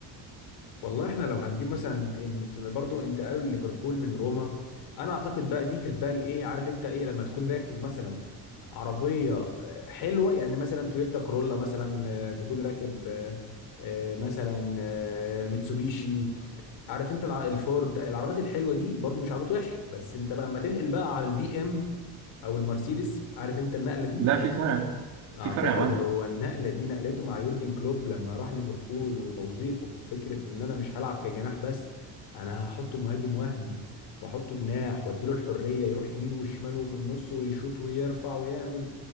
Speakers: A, on the left; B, on the right.
A: والله احنا لو هنجيب مثلا إن- في- برضو انتقالوا لليفربول من روما انا اعتقد بقى دي كانت بقى الايه عارف انت ايه لما تكون راكب مثلا عربيه آه، حلوه يعني مثلا تويوتا كورولا مثلا آه، تكون راكب آه، آه، مثلا آه، ميتسوبيشي عارف انت الع- الفورد العربيات الحلوه دي برضو مش عربيات وحشه بس انت بقى لما تنقل بقى على البي ام او المرسيدس عارف انت النقله دي
B: لا في فرق يا معلم.
A: اعتقد
B: في فرق يا معلم
A: هو النقله دي نقلته مع يورجن كلوب لما راح ليفربول وتوظيفه في فكره ان انا مش هلعب كجناح بس انا هحطه مهاجم وهمي واحطه جناح واديله الحريه يروح يمين وشمال وفي النص ويشوط ويرفع ويعمل